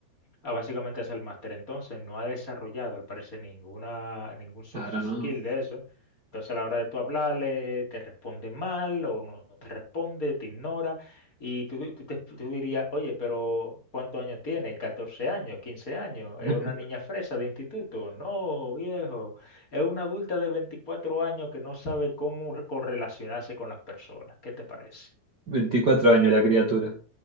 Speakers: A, on the left; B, on the right.
A: Ah, básicamente es el máster. Entonces, no ha desarrollado, al parecer, ninguna, ningún soft
B: Claro,
A: skill
B: ¿no?
A: de eso. Entonces, a la hora de tú hablarle, te responde mal o no te responde, te ignora. Y tú, tú te- tú dirías, oye, pero ¿cuántos años tiene? ¿14 años? ¿15 años? ¿Es
B: <laughs>
A: una niña fresa de instituto? No, viejo. Es una adulta de 24 años que no sabe cómo re- correlacionarse con las personas. ¿Qué te parece?
B: 24 años la criatura.